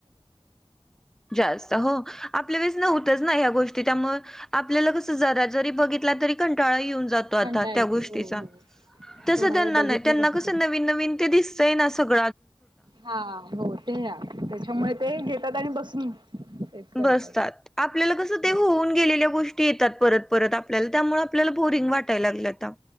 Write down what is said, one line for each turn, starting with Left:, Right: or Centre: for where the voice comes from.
Centre: जास्त हो आपल्या वेळेस नव्हतंच ना ह्या गोष्टी त्यामूळ आपल्याला कस जरा जरी बघितला तरी कंटाळा येऊन जातो. आ
Right: कंटाळा
Centre: त्या
Right: येतो
Centre: गोष्टीचा
Right: हो हो
Centre: तस
Right: थोडा
Centre: त्यांना
Right: वेळ बघितलं
Centre: त्यांना
Right: बाकीच
Centre: कस नवीन नवीन ते दिसतय ना सग
Right: हा हो ते ना त्याच्यामुळे ते घेतात आणि बसून तेच करतात.
Centre: बसतात आपल्याला कसं
Right: हो
Centre: ते होऊन गेलेल्या गोष्टी येतात परत परत आपल्याला त्यामुळे आपल्याला बोरिंग वाटायला लागलं आता ह.